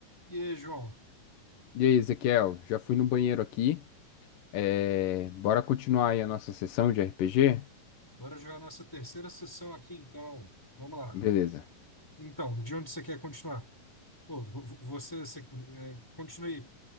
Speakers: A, in the centre; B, on the left.
A: E aí, João,
B: E aí, Ezequiel, já fui no banheiro aqui. É, Bora continuar aí a nossa sessão de RPG?
A: bora jogar nossa terceira sessão aqui, então. Vamos lá.
B: Beleza.
A: Então, de onde você quer continuar? Pô, vo- vo- você, você é, continue.